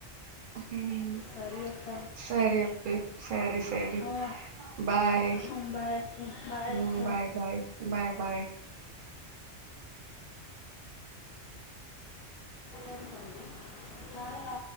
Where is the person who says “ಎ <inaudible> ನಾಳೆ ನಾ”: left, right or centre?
Left